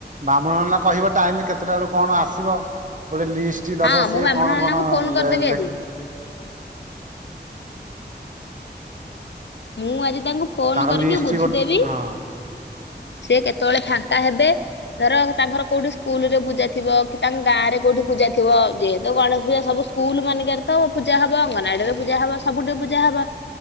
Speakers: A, on the right; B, on the left.
A: ବାମ୍ହୁଣ୍ ଏଇନା କହିବ ଟାଇମ କେତେଟାରୁ କଣ ଆସିବ। ଗୋଟେ ଲିଷ୍ଟ ଦବ
B: ହଁ ମୁଁ
A: ସିଏ
B: ବ୍ରାହ୍ମଣ
A: କଣ
B: ନାନାଙ୍କୁ
A: କଣ
B: ଫୋନ କରିଦେବି
A: ଲେ
B: ଆଜି। ମୁଁ ଆଜି ତାଙ୍କୁ ଫୋନ
A: ତାଙ୍କ
B: କରିକି
A: ଲିଷ୍ଟ
B: ବୁଝିଦେବି।
A: ଗୋ ହଁ
B: ସେ କେତେବେଳେ ଫାଙ୍କା ହେବେ, ଧର ତାଙ୍କର କୋଉଠି ସ୍କୁଲ ରେ ପୂଜା ଥିବ କି ତାଙ୍କ ଗାଁରେ କୋଉଠି ପୂଜା ଥିବ ଯେହେତୁ ଗଣେଶ ପୂଜା ସବୁ ସ୍କୁଲ ମାନିକରେ ତ ପୂଜା ହବ, ଅଙ୍ଗନବାଡିରେ ପୂଜା ହବ, ସବୁଠି ପୂଜା ହବ